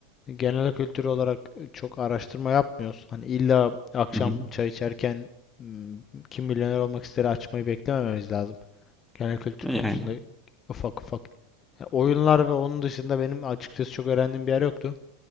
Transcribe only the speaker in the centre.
Hı hı.
E,
Yani